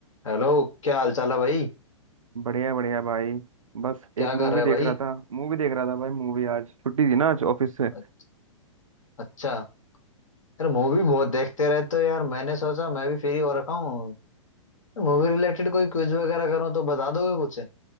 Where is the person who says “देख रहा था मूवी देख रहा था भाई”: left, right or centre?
Right